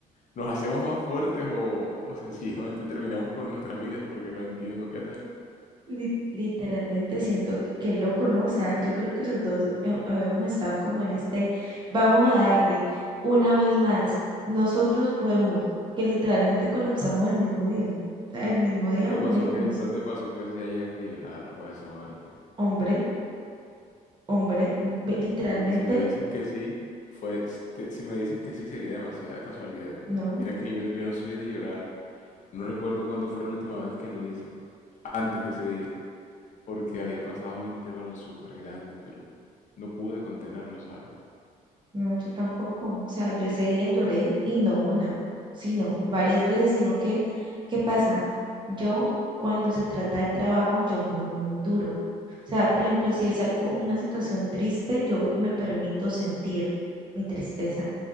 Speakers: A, on the left; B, on the right.
A: ¿Nos hacemos más fuertes o, o sencillamente terminamos con nuestras vidas porque no entiendo qué hacer?
B: Lit- Literalmente siento que qué loco, ¿no? O sea, yo creo que los dos eh, habíamos estado como en este, vamos a darle una vez más, nosotros podemos, que literalmente colapsamos el mismo día. O sea, el mismo día
A: ¿No te
B: morimos.
A: pasó que, no te pasó que si ya llegaste a llorar o a desahogarte?
B: Hombre, hombre, ve- literalmente,
A: Porque si me dices que sí, fue, si te- si me dices que sí sería demasiada casualidad.
B: no.
A: Mira que yo, no- yo no soy de llorar. No recuerdo cuándo fue la última vez que lo hice. antes de ese día, porque había pasado un intervalo súper grande, pero no pude contenerlo, ¿sabes?
B: No, yo tampoco. O sea, yo ese día lloré y no una, sino varias veces, sino que, ¿qué pasa? Yo cuando se trata de trabajo, yo me doy muy duro. O sea, por ejemplo, si es algo, una situación triste, yo me permito sentir mi tristeza.